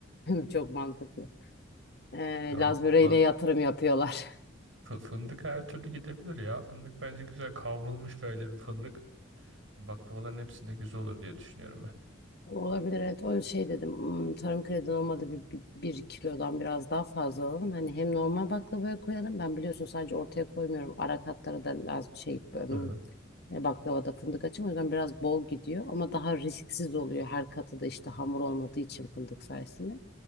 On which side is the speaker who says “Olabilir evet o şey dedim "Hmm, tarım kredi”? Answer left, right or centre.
Left